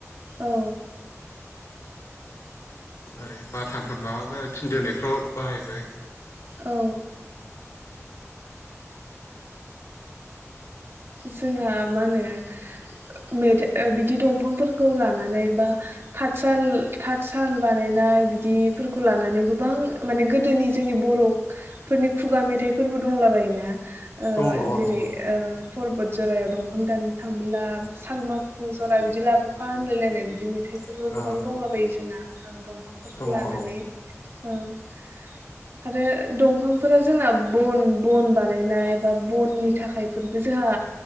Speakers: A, on the right (about 50°); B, on the left (about 70°).
A: औ
B: ओरै बाथामफोर माबा माय थिन दोनायफ्राव बाहायबाय।
A: औ जोंना मा होनो मेथाइ बिदि दंफांफोरखौ लानानै बा थाथसाल थाथसाल बानायनाय बिदिफोरखौ लानानै गोबां माने गोदोनि जोंनि बर'फोरनि खुगा मेथाइफोरबो दंला बायोना?
B: दङ औ
A: जेरै
B: दङ
A: परबत जरायाव दंफां दानो थांब्ला सालमाखु जरा बिदि लाबोफा होनलायलायनाय बिदि मेथाइ थाइफोरबो
B: औ
A: गोबां दंलाबायो जोंना। ओ दं बां फोरखौ
B: दङ
A: लानानै
B: औ
A: आरो ओ दंफांफोरा जोंना बन बन बानायनाय बा बननि थाखायफोर जोंहा